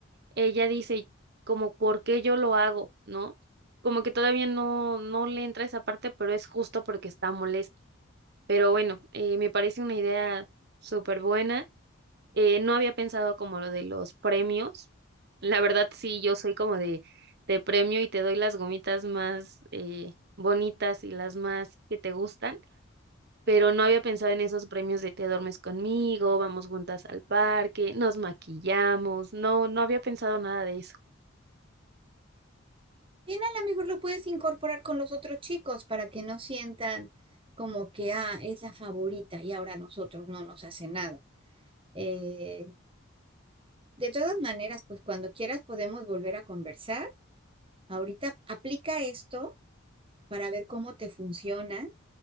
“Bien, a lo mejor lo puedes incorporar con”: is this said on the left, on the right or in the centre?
Right